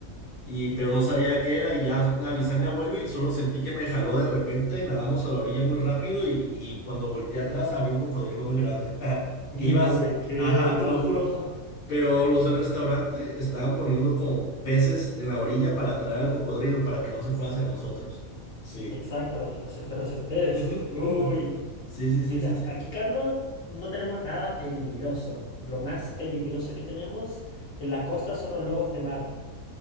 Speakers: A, on the left (about 45°); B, on the left (about 65°).
A: y pero no sabía qué era y ya le avisé a mi abuelo y solo sentí que me jaló de repente, nadamos a la orilla muy rápido y, y cuando volteé atrás había un cocodrilo muy grande, <laughs>
B: no
A: que ibas,
B: te creo,
A: ajá,
B: Carlos.
A: te lo juro, pero los del restaurante estaban poniendo como peces en la orilla para atraer al cocodrilo para que no se fuera hacia nosotros.
B: <laughs>
A: Sí.
B: Exacto, para que no se fuera hacia ustedes.
A: Ujú, ujú,
B: Uy.
A: ujú. Sí, sí, sí,
B: Mira,
A: sí, sí.
B: aquí, Carlos, no tenemos nada peligroso. Lo más peligroso que tenemos en la costa son los lobos de mar.